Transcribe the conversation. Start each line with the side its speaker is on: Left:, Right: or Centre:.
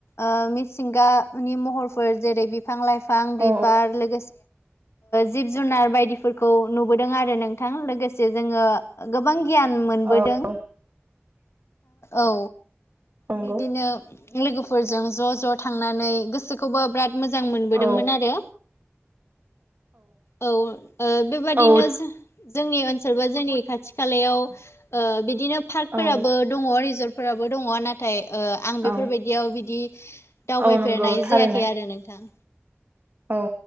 Left: ओ मिथिंगानि महरफोर जेरै बिफां लाइफां
Right: औ
Left: बिबार लोग जिब जुनार बायदिफोरखौ नुबोदों आरो नोंथां लोगोसे जोङो, गोबां गियान मोनबोदों
Right: औ औ
Left: औ
Right: नंगौ
Left: बिदिनो लोगोफोरजों ज' ज' थांनानै गोसोखौबो बिराद मोजां मोनबोदोंमोन
Right: औ
Left: आरो औ ओ बे बायदिनो
Right: औ
Left: जो जोंनि ओनसोल बा जोंनि खाथि खालायाव ओ बिदिनो पार्कफोराबो
Right: औ
Left: दङ रिजर्टफोराबो दङ नाथाय आं बेफोरबायदियाव
Right: औ
Left: बिदि दावबायफेरनाय
Right: औ नंगौ थारैनो
Left: जायाखै आरो नोंथां।
Right: औ